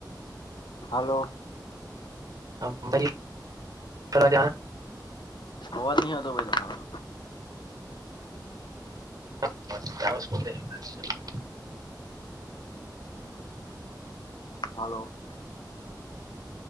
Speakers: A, on the left; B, on the right.
A: હલો.
B: અમેરિકા જવાના
A: અવાજ નહી આવતો ભાઈ તમારો
B: બસ ભાઈ ટાવર સોડી દે હે
A: હલો.